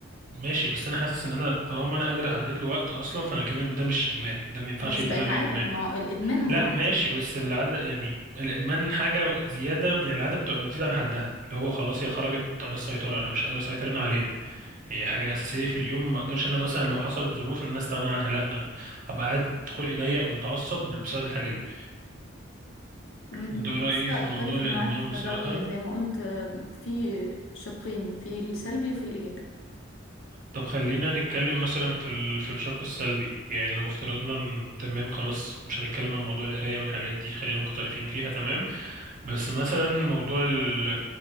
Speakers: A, on the right; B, on the left.
A: ماشي بس أنا حاسس إن أنا طالما أنا قادر أحدد له وقت أصلا فأنا كده ده مش إدمان ده ما ينفعش
B: بس
A: يتقال
B: بقت
A: عليه
B: عاده
A: إدمان
B: ما الادمان هو
A: لا
B: عاده
A: ماشي بس العادة يعني الإدمان حاجة زيادة يعني العادة بتبقى بتزيد عن حدها اللي هو خلاص هي خرجت عن السيطرة أنا مش قادر أسيطر أنا عليها هي حاجة أساسية في اليوم ما أقدرش أنا مثلا لو حصلت ظروف إن أنا أستغنى عنها لا أنا هبقى قاعد خلقي ضيق ومتعصب بسبب الحاجة دي
B: م-
A: ده
B: حاسه
A: رأيي في
B: اختلف
A: موضوع الإدمان
B: معاك في
A: بصراحة
B: الراي زي ما قلت آه، في شقين في السلبي وفي الايجابي
A: طب خلينا نتكلم مثلا في ال... في الشق السلبي يعني لو افترضنا ان تمام خلاص مش هنتكلم عن موضوع القراية والحاجات دي خلينا مختلفين فيها تمام بس مثلا موضوع ال...